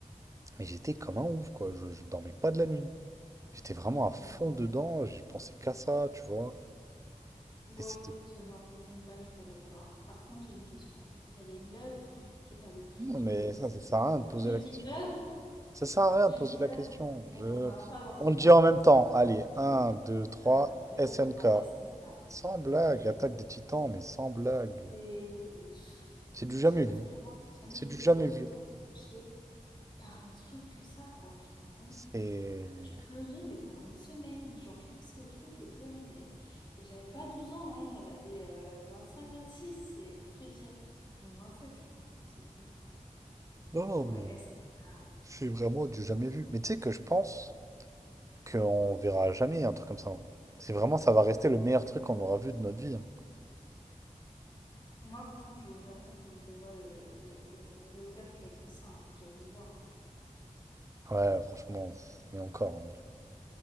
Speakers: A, on the right (about 25°); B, on the left (about 35°).
A: mais j'étais comme un ouf, quoi. Je, je dormais pas de la nuit. J'étais vraiment à
B: Mm.
A: fond dedans, j'y pensais qu'à ça, tu vois.
B: Bon,
A: Et c'était.
B: écoute, euh, moi, Breaking Bad, je suis pas d'accord. Par contre, j'ai une question. Quelle est l'œuvre qui t'a le plus
A: Non,
B: bouleversé
A: mais ça, ça sert à rien de poser
B: Je dis
A: la question.
B: œuvre.
A: Ça sert à rien
B: Je
A: de poser
B: dis «eux»
A: la question.
B: bon,
A: Je...
B: ça rentre pas dans série.
A: On le dit en même temps. Allez, 1, 2, 3,
B: Un, deux,
A: SNK.
B: trois, S N K.
A: Sans blague,
B: Vraiment,
A: Attaque des Titans, mais sans blague.
B: c'est
A: C'est du
B: j'ai
A: jamais
B: vraiment
A: vu.
B: jamais
A: C'est
B: été
A: du jamais
B: autant
A: vu.
B: touchée par un truc que ça, quoi, tu te rends compte?
A: C'est.
B: Je pleurais, mais pendant une semaine. Genre, je pensais au truc, je pleurais, mais. Et j'avais pas 12 ans, hein, j'en avais euh, vingt six, c'est pour te dire. Non, sept, je crois, je sais plus. Donc,
A: Non,
B: euh,
A: non,
B: ouais,
A: mais
B: S N K.
A: c'est vraiment du jamais vu. Mais tu sais que je pense. qu'on verra jamais, un truc comme ça. hein. C'est vraiment, ça va rester le meilleur truc qu'on aura vu de notre vie. hein.
B: Moi, franchement, je vais au Japon, faut que je vois le, le- le- l'auteur qui a écrit ça, hein, faut que j'aille le voir. hein.
A: Ouais, franchement, pff, mais encore. hein.